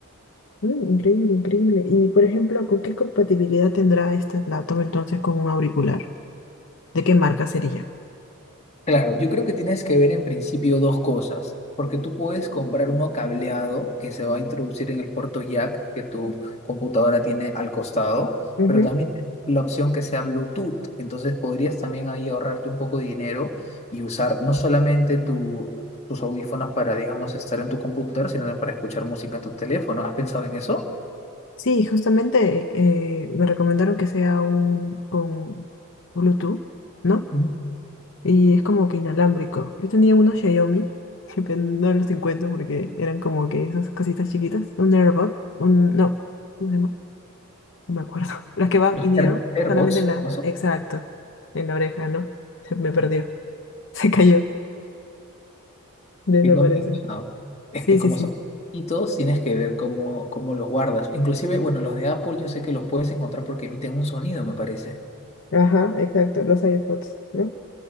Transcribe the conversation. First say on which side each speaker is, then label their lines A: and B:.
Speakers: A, on the left; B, on the left.
A: Mm, increíble, increíble. Y por ejemplo, ¿con qué compatibilidad tendrá este laptop entonces con un auricular? ¿De qué marca sería?
B: Claro, yo creo que tienes que ver en principio dos cosas, porque tú puedes comprar uno cableado que se va a introducir en el puerto jack que tu computadora tiene al costado,
A: Ujú.
B: pero también la opción que sea Bluetooth, entonces podrías también ahí ahorrarte un poco de dinero y usar no solamente tu- tus audífonos para, digamos, estar en tu computadora, sino también para escuchar música en tu teléfono. ¿Has pensado en eso?
A: Sí, justamente eh, me recomendaron que sea un con Bluetooth, ¿no?
B: Ujú.
A: y es como que inalámbrico. Yo tenía unos Xiaomi, <laughs> pero no los encuentro porque eran como que esas cositas chiquitas, un AirBot, un, no, ¿cómo se llama? No me acuerdo. <laughs> Las que van
B: Los
A: in-ear,
B: Air- AirPods,
A: solamente en la,
B: ¿no?
A: exacto, en la oreja, ¿no? Se me perdió, <laughs> se cayó. Desapareció.
B: Qué complicado. Es
A: Sí,
B: que como
A: sí, sí.
B: son poquitos, tienes que ver cómo, cómo los guardas. Inclusive, bueno, los de Apple yo sé que los puedes encontrar porque emiten un sonido, me parece.
A: Ajá, exacto, los iPods, ¿no?